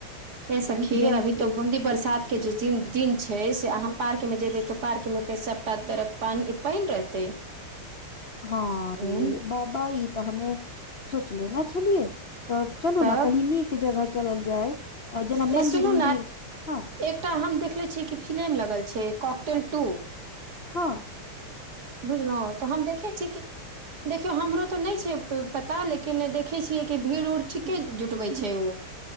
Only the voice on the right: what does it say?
ये सखी
अभी तऽ बूदी बरसात के जे दिन छै से अहाँ पार्क में जेबे तऽ पार्क मे फेर सबटा तरफ पाइन पाइन रहतै
हूँ
तब
ए
सुनू
ने
एकटा हम देखले छियै कि फिलम लगल छै कॉकटेल ट
बुझलहुँ तऽ हम देखै छीय कि देखियौ हमरो तऽ नहि छै पता लेकिन देखै छियै कि भीड़ उड़ ठीके जुटबै छै